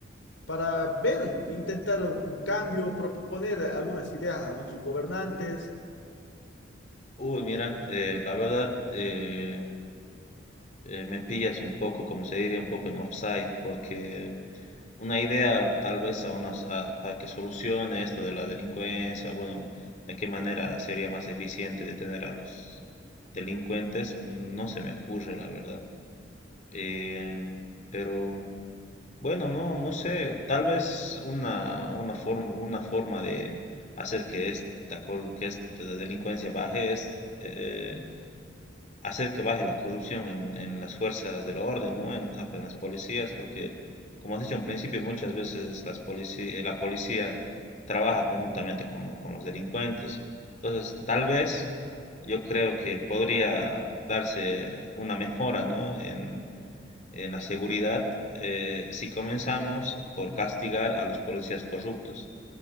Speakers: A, on the left; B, on the left.
A: para ver, de intentar un un cambio, proponer algunas ideas a nuestros gobernantes.
B: Uy, mira, eh, la verdad eh, eh, me pillas un poco, como se diría, un poco en offside, porque una idea tal vez a unas, a- para que solucione esto de la delincuencia, bueno, de qué manera sería más eficiente detener a los delincuentes, mm, no se me ocurre, la verdad. Eh, pero bueno, no, no sé, tal vez una, una forma, una forma de hacer que esta, cor- que esta delincuencia baje es... eh, hacer que baje la corrupción en, en las fuerzas del orden, ¿no? En, la- en las policías, porque, como has dicho en principio, muchas veces las polici- eh, la policía trabaja conjuntamente con, con los delincuentes. Entonces, tal vez yo creo que podría darse una mejora, ¿no? en, en la seguridad eh, si comenzamos por castigar a los policías corruptos.